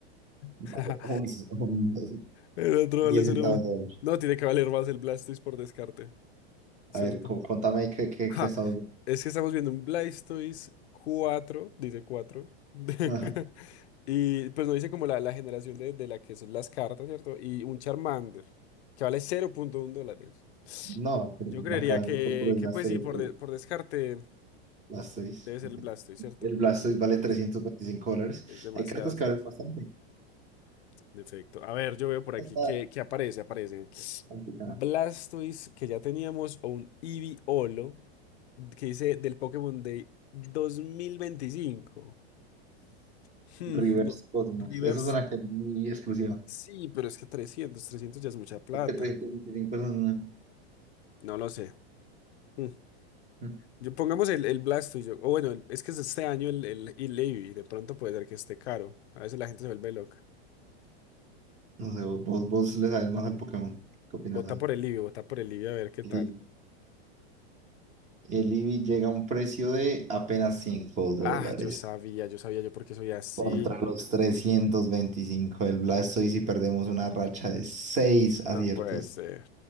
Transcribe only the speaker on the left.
<laughs>
El otro
vale cero.
No, tiene que valer más el Blastoise por descarte. ¿Cierto?
Ajá,
es que estamos viendo un Blastoise cuatro dice cuatro <laughs>
Y pues no dice como la, la generación de, de la que son las cartas, ¿cierto? Y un Charmander, que vale cero punto uno dólares.
Yo creería
que,
que
pues sí,
por,
de- por descarte
debe ser el Blastoise, ¿cierto?
Incluso.
Es demasiado,
es
demasiado.
defecto. A ver, yo veo por aquí
que, que aparece, aparece.
Blastoise que ya teníamos o un Eevee-Olo que dice del Pokémon Day 2025. Hmm,
no,
Rivers,
sí, pero es que trescientos trescientos ya es mucha plata.
No lo sé. Hmm.
Yo pongamos el, el Blastoise, o bueno, el- es que es este año el, el, el Eevee, de pronto puede ser que esté caro. A veces la gente se vuelve loca.
Vota
por el Eevee, vota por el Eevee a ver qué tal.
Ah, yo sabía, yo sabía yo por qué soy así.
No
puede ser.